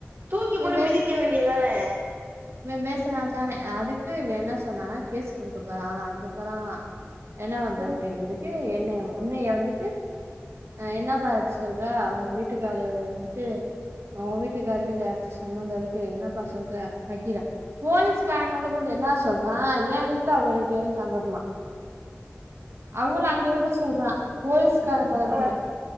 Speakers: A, on the right; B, on the right.
A: தூக்கி
B: இவ
A: போட்டு
B: பேசு
A: மிதிக்க வேண்டியதான
B: இவ பேசுனா தான அதுக்கு இவ என்ன சொன்னானா கேசு குடுக்க போறாகலா வைக்க போறாகலா என்ன பண்றன்னு
A: ஓ
B: கேட்டதுக்கு என்ன உன்னைய வந்துட்டு அ என்னப்பா சொல்ற அவ வீட்டுக்காரு வந்துட்டு ஒன் வீட்டுக்காருக்கு இந்த எடத்துக்கு சம்பந்த இருக்கு என்னப்பா சொல்ற வக்கிற போலீஸ்கார மொத கொண்டு என்ன சொல்றா ஏன் வீட்டுல அவுக ரெண்டு பேரு தங்கணுமா அவுகள அங்கே இருக்க சொல்றா போலீஸ்கார மொத கொண்டு
A: ஆ